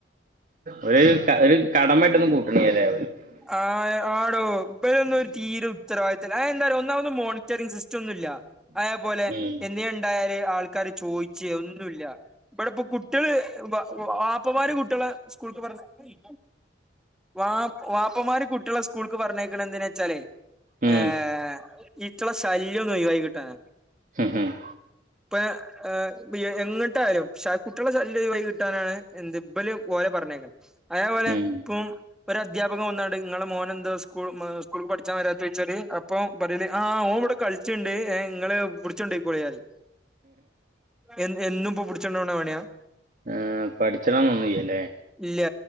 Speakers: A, on the right; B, in the centre.
A: ഒര് ഒരു കടംമായിട്ടൊന്നും കൂട്ട്ണില്ലല്ലേ.
B: ആഹ്. ആടോ ഇബരൊന്നും ഒരു തീരെ ഉത്തരവാദിത്തം ഇല്ല അത് എന്താറിയോ ഒന്നാമത് മോണിറ്ററിംഗ് സിസ്റ്റം ഒന്നും ഇല്ല. അതേപോലെ
A: ഉം
B: എന്തേണ്ടായാല് ആൾക്കാര് ചോയ്ച്ചെ ഒന്നുല്ല. ഇവിടെ ഇപ്പ കുട്ടികള് വാപ്പമാര് കുട്ടികളെ സ്കൂൾക്ക് പറഞ്ഞ വാ വാപ്പമാര് കുട്ടികളെ സ്കൂൾക്ക് പറഞ്ഞേക്കണത് എന്ത്നാന്ന് വെച്ചാലേ.
A: ഉം
B: ഏഹ് ഇറ്റള ശല്യന്നൊഴിവായ്കിട്ടാന.
A: ഉംഹ് ഉംഹ്.
B: പ്പ്യ. ഏഹ് എങ്ങ്ട്ടായാലും ശ കുട്ടികളെ ശല്യം ഒഴിവായ്കിട്ടാനാണ് എന്ത് ഇബല് ഓലെ പറഞ്ഞയ്ക്ക്ണ്. അതേപോലെ
A: ഉം
B: ഇപ്പും. അധ്യാപകൻ വന്നാണ്ട് ഇങ്ങളെ മോനെന്ത സ്കൂള് സ്കൂൾക്ക് പഠിച്ചാ വരാത്ത് ചൊയ്ച്ചാല് അപ്പം പറേല് ആഹ് ഓൻ ഇവ്ടെ. കളിച്ചിണ്ട് ഏഹ് ഇങ്ങള് പുട്ച്ച് കൊണ്ടൊയ്ക്കോളിം പറിയ് എൻ എന്നും ഇപ്പൊ പുട്ച്ചൊണ്ടോണ പണിയാ.
A: ഏഹ് പഠിച്ച്ണം ഒന്നിയ്യലേ
B: ഇല്ല്യ.